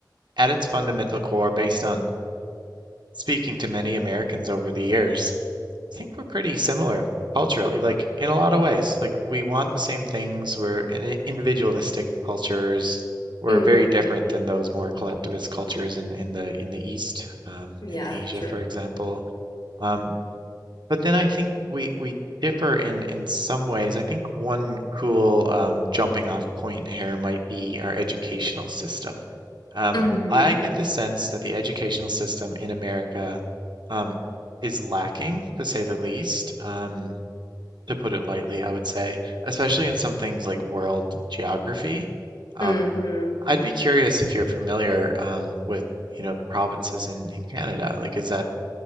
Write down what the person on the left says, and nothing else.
hmm
Yeah,
true.
hmm
hmm